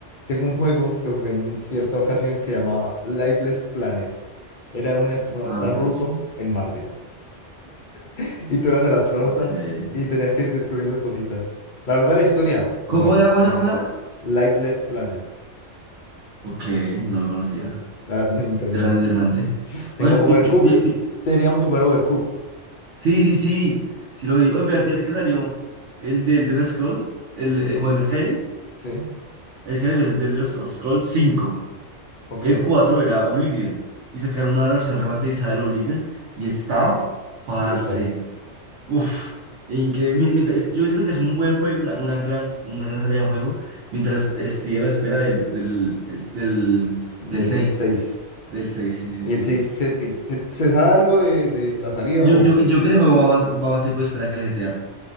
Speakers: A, on the left; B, on the right.
A: tengo un juego que jugué en cierta ocasión que llamaba Lifeless Planet. Era un astronauta
B: Ah,
A: ruso en Marte. <laughs> Y tú eras el astronauta
B: ok.
A: y tenías que ir descubriendo cositas. La verdad, la historia, buena,
B: ¿Cómo, cómo se llama?
A: me gustó.
B: ¿Cómo se llama?
A: Lifeless Planet.
B: Ok, no lo conocía.
A: La verdad, interesante.
B: Interesante, interesante.
A: Tengo
B: Oye,
A: Overcooked.
B: pi- pi- pi- pi-
A: Teníamos jugar Overcooked.
B: sí, sí, sí, sí lo vi. Oye, fíjate fíjate que salió el del Dead Scroll, el, el, como el de Skyrim.
A: Sí,
B: El Skyrim es del Dead of Scroll 5.
A: ok.
B: El 4 era Oblivion. Y sacaron una versión remasterizada del Oblivion. Y está, parce.
A: Brutal.
B: Uf, increíble. Mi- mientras- es- Yo siento que es un buen juego, una, una gran, una gran salida de juego. Mientras es- sigue a la espera del, del, es del, del
A: Del
B: seis,
A: seis
B: Del 6, sí, sí,
A: ¿Y
B: sí.
A: el 6 se, ti- se- se sabe algo de, de la salida
B: Yo,
A: o
B: yo, yo
A: no?
B: que ese juego va más, va más tiempo de espera que el G T A